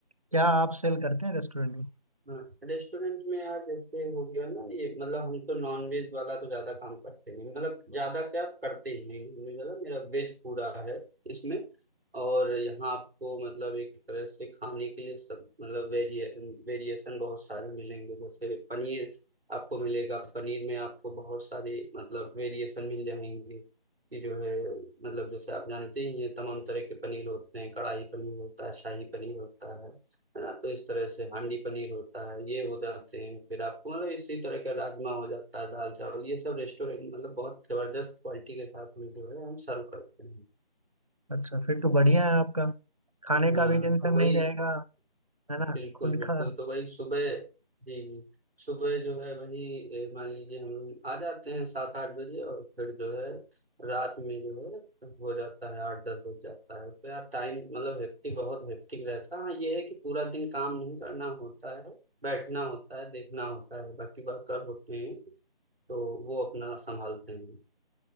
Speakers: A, on the right (about 40°); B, on the right (about 80°).
A: क्या आप सेल करते हैं रेस्टोरेंट में
B: हाँ रेस्टोरेंट में यार जैसे हो गया ना ये मतलब हम तो नॉन वेज वाला तो ज्यादा काम करते नहीं मतलब ज्यादा क्या करते ही नहीं नॉन वेज वाला मेरा वेज पूरा है इसमें और यहाँ आपको मतलब एक तरह से खाने के लिए सब मतलब वेरिए वेरिएशन बहुत सारे मिलेंगे जैसे पनीर आपको मिलेगा पनीर में आपको बहुत सारे मतलब वेरिएशन मिल जाएंगे कि जो है मतलब जैसे आप जानते ही हैं तमाम तरह के पनीर होते हैं कढ़ाई पनीर होता है शाही पनीर होता है है ना तो इस तरह से हांडी पनीर होता है ये हो जाते हैं फिर आपको मतलब इसी तरह का राजमा हो जाता है दाल चावल ये सब रेस्टोरेंट मतलब बहुत जबरदस्त क्वालिटी के साथ में जो है हम सर्व करते हैं
A: अच्छा फिर तो बढ़िया है आपका खाने
B: हाँ
A: का भी टेंशन
B: तो वही
A: नहीं रहेगा है ना
B: बिल्कुल
A: खुद
B: बिल्कुल
A: का
B: तो वही सुबह जी जी सुबह जो है वही ए, मान लीजिए हम लोग आ जाते हैं सात आठ बजे और फिर जो है रात में जो है हो जाता है आठ दस बज जाता है तो यार टाइम मतलब हेक्टिक बहुत हेक्टिक रहता है हाँ ये है कि पूरा दिन काम नहीं करना होता है बैठना होता है देखना होता है बाकी वर्कर होते हैं तो वो अपना संभालते हैं